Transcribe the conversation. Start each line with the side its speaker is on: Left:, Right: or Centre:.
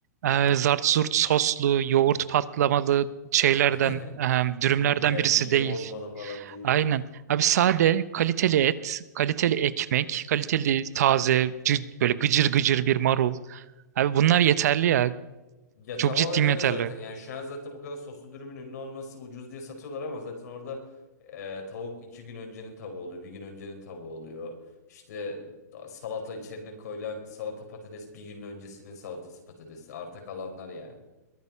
Right: e, zart zurt soslu, yoğurt patlamalı şeylerden,
Left: <laughs>
Right: e,
Left: Yani
Right: dürümlerden birisi
Left: mide
Right: değil.
Left: bozmalı falan değil
Right: Aynen.
Left: evet.
Right: Abi sade, kaliteli et, kaliteli ekmek, kaliteli taze, gı- böyle gıcır gıcır bir marul. Abi bunlar yeterli ya.
Left: Ya
Right: Çok
Left: tamamen
Right: ciddiyim
Left: öyle
Right: yeterli.
Left: zaten. Yani şu an zaten bu kadar soslu dürümün ünlü olması ucuz diye satıyorlar ama zaten orada e, tavuk iki gün öncenin tavuğu oluyor. Bir gün öncenin tavuğu oluyor. İşte da- salata içerine koyulan salata patates bir gün öncesinin salatası patatesi. Arta kalanlar yani.